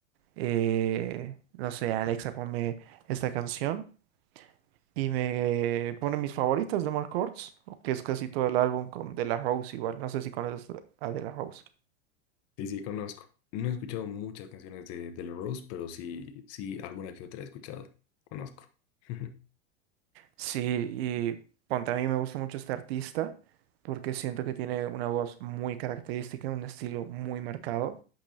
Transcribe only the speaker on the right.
eh, no sé, Alexa, ponme esta canción. Y me pone mis favoritas de Mark Ortiz, que es casi todo el álbum con De La Rose igual. No sé si conoces a De La Rose.
Sí, y ponte, a mí me gusta mucho este artista porque siento que tiene una voz muy característica, un estilo muy marcado.